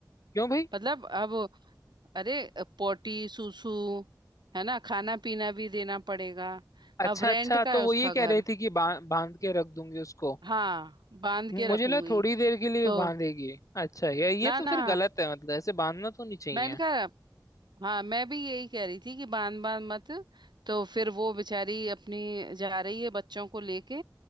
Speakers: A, on the left; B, on the right.
A: क्यों भाई
B: मतलब अब अरे पोटी सूसू है ना खाना पीना भी देना पड़ेगा
A: अच्छा
B: अब
A: अच्छा
B: रेंट का
A: तो
B: है
A: वो
B: उसका
A: ये
B: घर
A: कह रही थी कि बां, बांध के रख दूंगी उसको
B: हाँ बांध के
A: मुझे
B: रखूंगी
A: लगा थोड़ी देर के लिए
B: तो
A: बांधेगी अच्छा ये ये
B: ना
A: तो
B: ना
A: फिर गलत है मतलब ऐसे बांधना तो नहीं चाहिए
B: मैंने कहा हाँ मैं भी यही कह रही थी कि बांध बांध मत तो फिर वो बेचारी अपनी जा रही है बच्चों को लेके